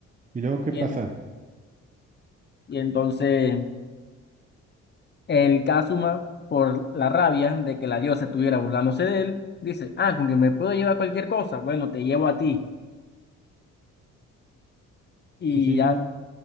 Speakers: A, on the right; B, on the left.
A: ¿Y luego qué
B: Y,
A: pasa?
B: en- y entonces el Kazuma, por la rabia de que la diosa estuviera burlándose de él, dice, ah, con que me puedo llevar cualquier cosa, bueno, te llevo a ti. Y
A: Sí, sí.
B: ya